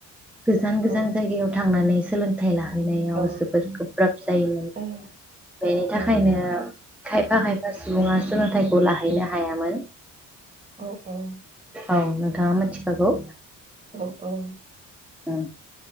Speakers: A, in the centre; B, on the right.
A: गोजान गोजान
B: औ
A: जायगायाव थांनानैसो सोलोंथाइ ला लाहैनायाव
B: औ
A: जोबोद गोब्राब जायोमोन
B: औ
A: बेनि
B: औ औ
A: थाखायनो खायफा खायफा सुबुङा सोलोंथाइ लाहैनो हायामोन
B: औ औ
A: औ नोंथाङा मोनथिखागौ
B: औ औ
A: ओं